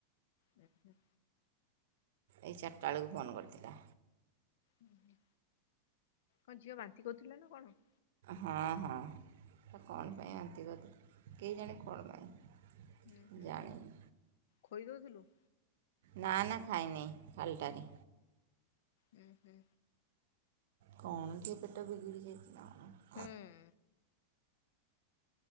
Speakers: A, on the left; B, on the right.
A: ହୁଁ ହୁଁ।
B: ଏଇ ଚାରିଟା ବେଳକୁ ଫୋନ୍ କରିଥିଲା।
A: ଉଁ ହୁଁ କଣ ଝିଅ ବାନ୍ତି କରୁଥିଲା ନା କଣ?
B: ହଁ ହଁ କଣ ପାଇଁ ବାନ୍ତି କରିଥିଲା କେ ଜାଣି କଣ ପାଇଁ?
A: ହୁଁ ହୁଁ
B: ଜାଣିନି
A: ଖୋଇଦଉଥିଲୁ?
B: ନା ନା ଖାଇନି ଖାଲଟାରେ।
A: ହୁଁ ହୁଁ।
B: କଣ ଟିକେ ପେଟ ବିଗିଡ଼ିି ଯାଇଥିବ ଆଉ।
A: ହୁଁ।